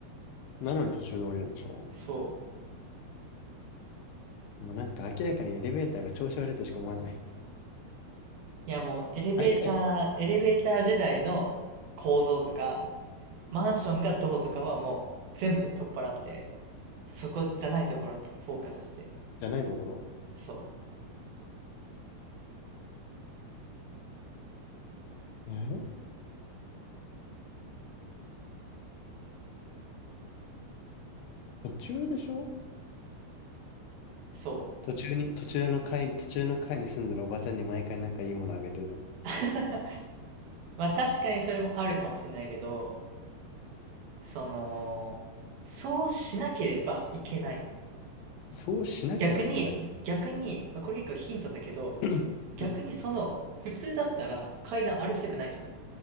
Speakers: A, on the left; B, on the right.
A: な。なのに途中で降りるんでしょ
B: そう。
A: もうなんか明らかにエレベーターが調子悪いとしか思わない。
B: いや、もう、エレベーター、
A: 毎回
B: エレベーター時代の構造とか、マンションがどうとかはもう全部取っ払って、そこじゃないところにフォーカスして。
A: じゃないところ。
B: そう、
A: え途中でしょ
B: そう
A: 途中に、途中の階、途中の階に住んでるおばちゃんに毎回なんかいいものあげてるとか。
B: <laughs>。まあ確かにそれもあるかもしれないけど、その、そうしなければいけない。
A: そうしなければいけない。
B: 逆に、逆に、まあ、これ結構ヒントだけど、
A: <laughs> <clears throat>
B: 逆にその、
A: うん。
B: 普通だったら階段歩きたくないじゃん。